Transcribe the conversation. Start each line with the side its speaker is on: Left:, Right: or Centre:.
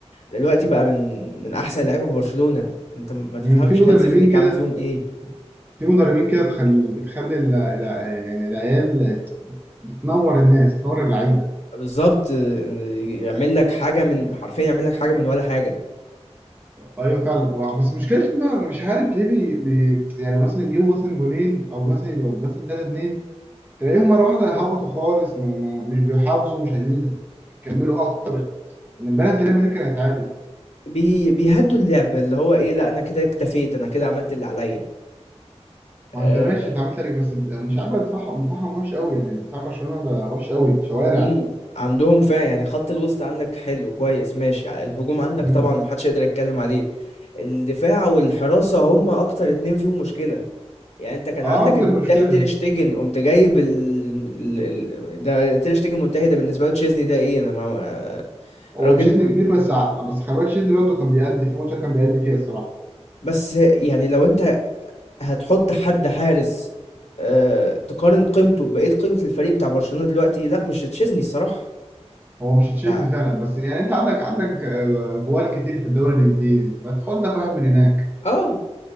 Left: دلوقتي بقى من من احسن اللعيبه في برشلونة انت ما تفهمش
Right: مم، في مدربين
Left: هانز فليك
Right: كده
Left: عامل فيهم ايه
Right: في مدربين كده تخلي بتخلي ال- ال- يعني العيال بتنور الناس بتنور اللعيبة
Left: بالظبط آه، يعمل لك حاجه من حرفيا يعمل لك حاجه من ولا حاجه
Right: ايوه فعلا بس مشكلته ما مش عارف ليه بي... بي... يعني مثلا يجيبوا مثلا جونين او مثلا يبقوا مثلا 3 2 تلاقيهم مره واحده هبطوا خالص ما... ما... مش بيحافظوا مش عايزين يكملوا اكتر ان البلد تقريبا دي كان هيتعادل
Left: بي بيهدوا اللعب اللي هو ايه لا انا كده اكتفيت انا كده عملت اللي عليا
Right: ما
Left: آه،
Right: انت ماشي انت عملت لك بس مش عارف دفاعهم دفاعهم وحش قوي يعني دفاع برشلونه بقى وحش قوي شوارع
Left: امم عندهم فعلا يعني خط الوسط عندك حلو كويس ماشي الهجوم عندك
Right: مم.
Left: طبعا محدش يقدر يتكلم عليه الدفاع والحراسة هم اكتر اتنين فيهم مشكلة يعني انت كان
Right: اه
Left: عندك
Right: انت
Left: المنتهي
Right: المشكله
Left: تير شتيجن قمت جايب ال... ال... ال... ده تير شتيجن منتهي ده بالنسبة له تشيزني ده ايه انا ما... آه،
Right: هو
Left: راجل
Right: تشيزني كبير بس ع- بس خلي بالك تشيزني برضه كان بيأدي في ماتش كان بيأدي فيها الصراحه
Left: بس يعني لو انت هتحط حد حارس آه تقارن قيمته ببقية قيمة الفريق بتاع برشلونة دلوقتي لا مش تشيزني الصراحة
Right: هو مش تشيلسي
Left: تع-
Right: فعلا بس يعني انت عندك عندك آه، جوال كتير في الدوري الانجليزي ما تاخد لك واحد من هناك
Left: اه